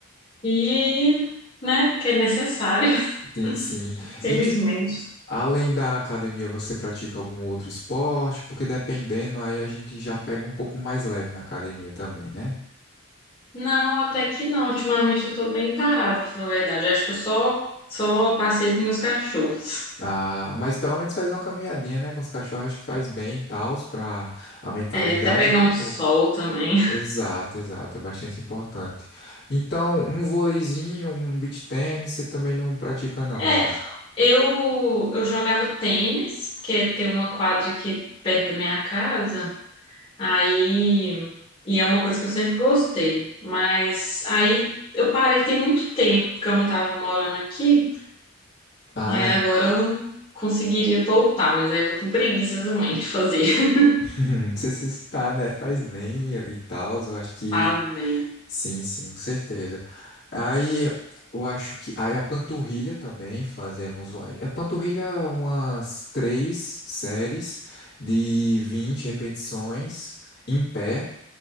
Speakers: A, on the left; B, on the left.
A: E, né, porque é necessário, <laughs>
B: Sim, sim.
A: felizmente.
B: E tipo, Além da academia, você pratica algum outro esporte? Porque dependendo, aí a gente já pega um pouco mais leve na academia também, né?
A: Não, até que não. Ultimamente eu tô bem parada, pra falar a verdade. Eu acho que eu só, só passeio com meus cachorros.
B: Ah, mas pelo menos faz uma caminhadinha, né? Com os cachorros, acho que faz bem e tal, para a mentalidade
A: É, até pegar
B: e pro
A: um
B: corpo.
A: sol também.
B: Exato, exato, é bastante importante. Então, um vôleizinho, um beach tênis, você também não pratica, não,
A: É,
B: então.
A: eu, eu jogava tênis, porque tem uma quadra aqui perto da minha casa. Aí, e é uma coisa que eu sempre gostei, mas aí eu parei tem muito tempo, porque eu não tava morando aqui.
B: Ai,
A: Aí agora eu conseguiria voltar, mas aí eu tô com preguiça também de fazer. <laughs>
B: <laughs> não sei se citar, né? Faz bem e e tal, eu acho que
A: Faz bem.
B: Sim, sim, com certeza. Aí eu acho que. Aí a panturrilha também fazemos. uma- A panturrilha, é umas três séries de 20 repetições em pé